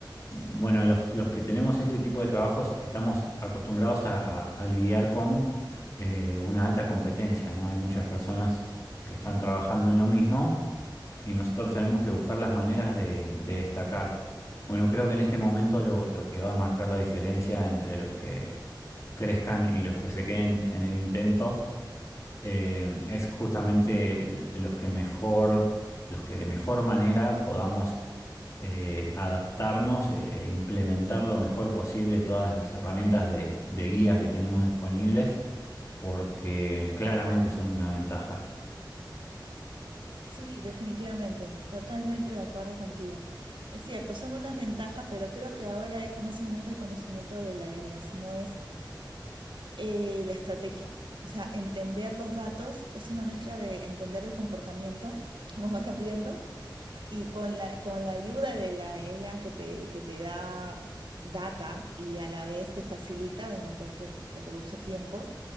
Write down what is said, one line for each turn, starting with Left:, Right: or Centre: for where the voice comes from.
Left: bueno, los, los que tenemos este tipo de trabajos estamos acostumbrados a, a- a lidiar con eh, una alta competencia, ¿no? Hay muchas personas que están trabajando en lo mismo y nosotros tenemos que buscar las maneras de, de destacar. Bueno, creo que en este momento lo, lo que va a marcar la diferencia entre los que crezcan y los que se queden en el intento eh, es justamente l- los que mejor, los que de mejor manera podamos eh, adaptarnos e e implementar lo mejor posible todas las herramientas de de guía que tenemos disponibles, porque claramente son una ventaja.
Right: Sí, definitivamente, totalmente de acuerdo contigo. Es cierto, son unas ventajas, pero creo que ahora es no solamente el conocimiento de la IA, sino es eh, la estrategia. O sea, entender los datos es una mezcla de entender el comportamiento, cómo va cambiando, y con la, con la ayuda de la IA que te, que te da data y a la vez te facilita, en co- te, te reduce tiempos,